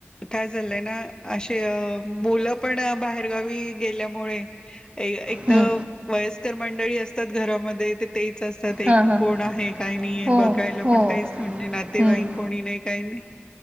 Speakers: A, on the left; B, on the right.
A: काय झालंय ना असे मुलं पण बाहेरगावी गेल्यामुळे एक
B: हं.
A: तर वयस्कर मंडळी असतात घरामध्ये ते तेच असतात. अस एक
B: हां हां
A: कोण आहे काही नाहीय
B: हो
A: बघायला
B: हो
A: पण काहीच म्हणजे नातेवाईक
B: हं.
A: कोणी नाही काही नाही.